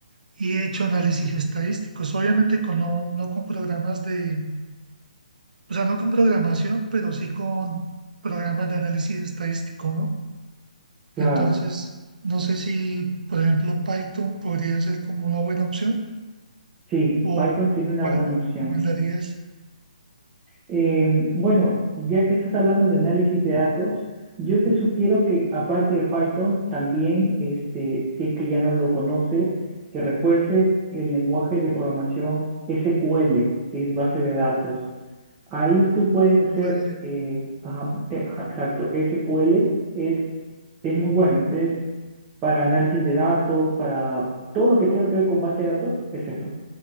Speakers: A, on the right (about 70°); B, on the right (about 20°).
A: y he hecho análisis estadísticos, obviamente con no, no con programas de, o sea, no con programación, pero sí con programas de análisis estadístico, ¿no? Entonces,
B: Claro,
A: no sé si, por ejemplo, Python podría ser como una buena opción
B: sí,
A: o
B: Python sería una
A: cuál
B: buena
A: me
B: opción.
A: recomendarías.
B: Em, bueno, ya que estás hablando de análisis de datos, yo te sugiero que aparte de Python, también, este, si es que ya no lo conoces, que refuerces el lenguaje de programación SQL, que es base de datos. Ahí tú puedes hacer,
A: QL.
B: eh, ajá, eh, ajá, exacto, SQL es, es muy bueno, es es para análisis de datos, para todo lo que tenga que ver con base de datos, es eso